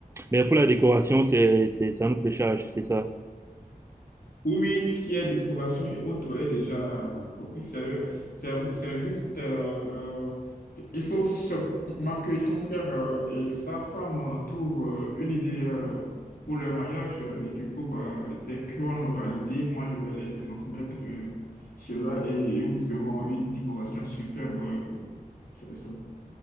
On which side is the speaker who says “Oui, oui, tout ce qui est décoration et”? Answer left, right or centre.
Left